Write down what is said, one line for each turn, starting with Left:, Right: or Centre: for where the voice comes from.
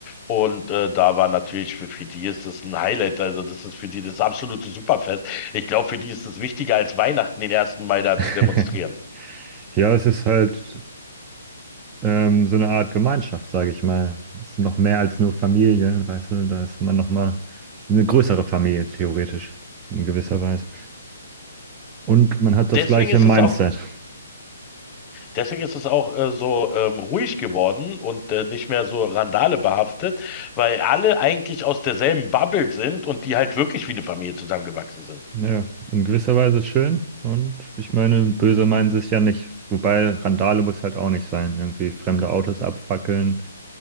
Left: Und äh, da war natürlich, für, für die ist das ein Highlight. Also das ist für die das absolute Superfest. Ich glaube, für die ist es wichtiger als Weihnachten, den ersten Mai da
Right: <laughs>
Left: zu demonstrieren.
Right: ja es ist halt ähm, so eine Art Gemeinschaft, sage ich mal. Es ist noch mehr als nur Familie, weißt du, da ist man nochmal eine größere Familie, theoretisch, in gewisser Weise. Und man hat das
Left: Deswegen
Right: gleiche
Left: ist
Right: Mindset.
Left: es auch, deswegen ist es auch äh, so ähm, ruhig geworden und äh, nicht mehr so Randale behaftet, weil alle eigentlich aus derselben Bubble sind und die halt wirklich wie eine Familie zusammengewachsen sind.
Right: Ja, in gewisser Weise schön. Und ich meine, böse meinen sie es ja nicht. Wobei Randale muss halt auch nicht sein. Irgendwie fremde Autos abfackeln